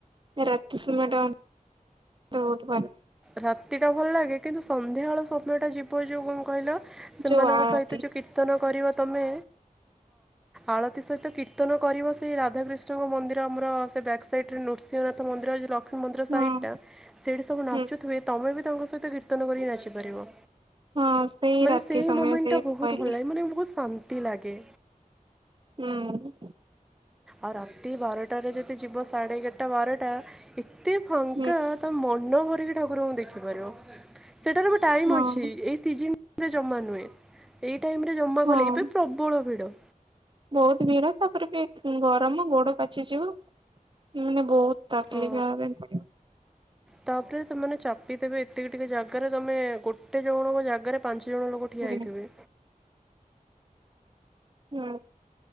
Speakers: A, on the right (about 35°); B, in the centre.
A: ରାତି ସମୟ ଟ ହଉ।
B: ରାତ୍ରି ଟା ଭଲ ଲାଗେ କିନ୍ତୁ ସନ୍ଧ୍ୟାବେଳଳେ ସମୟଟା ଯିବ ଯୋଗୁଁ ମୁଁ କହିଲ ସେମାନଙ୍କ
A: ଯୋଉ ଆ ରାତି।
B: ସହିତ ଯୋଉ କୀର୍ତ୍ତନ କରିବ ତମେ ଆଳତି ସହିତ କୀର୍ତ୍ତନ କରିବ ସେଇ ରାଧାକୃଷ୍ଣଙ୍କ ମନ୍ଦି ଆମର ସେ ବ୍ୟାକ୍ ସାଇଡ ରେ ନୃସିଂହନାଥ ମନ୍ଦିର ଲ ମନ୍ଦିର ସାଇଟ
A: ହଁ
B: ସେଇଠି ସବୁ ନା
A: ହୁଁ
B: ଚୁ ଥିବେ ତମେ ବି ତାଙ୍କ ସହିତ କୀର୍ତ୍ତନ କରିକି ନାଚିପାରିବ।
A: ହଁ
B: ମାନେ
A: ରାତି
B: ସେଇ
A: ସମୟ
B: ମୋମେଣ୍ଟ
A: ସେଇଆକୁ
B: ଟା ବହୁତ
A: କହିଲି।
B: ଭଲ ଲାଗେ ମାନେ ବହୁତ ଶାନ୍ତି ଲାଗେ।
A: ହୁଁ।
B: ଆଉ ରାତି ବାରଟାରେ ଯଦି ଯିବ ସାଢ଼େ ଏଗାରଟା ବାରଟା ଏ ତେ ଫାଙ୍କା
A: ହୁଁ
B: ତମେ ମନ ଭ ଠାକୁରଙ୍କୁ ଦେଖିପାରିବ। ସେଟାର ବି ଟାଇମ
A: ହଁ
B: ଅଛି ଏଇ ସିଜ ରେ ଜମା ନୁହେଁ ଏଇ ଏଇ ଟାଇମ୍ ରେ ଜମା
A: ହଁ
B: ଗଲେ ଏବେ ପ୍ରବଳ ଭିଡ।
A: ବହୁତ ଭିଡ ତାପରେ ଗରମ ଗୋଡ ପାଚିଯିବ ମାନେ ବହୁତ ତକଲିଫ
B: ହଁ।
A: ହବା ପାଇଁ ପଡ଼ିବ।
B: ତାପରେ ତମେମାନେ ଚାପିଦେବେ ଏତିକି ଟିକେ ଜାଗାରେ ତମେ ଗୋଟେ ଜଣଙ୍କ ଜାଗାରେ ପାଞ୍ଚ ଦି ଜଣ ଲୋକ ଠିଆ
A: ହୁଁ
B: ହେଇଥିବେ।
A: ହୁଁ।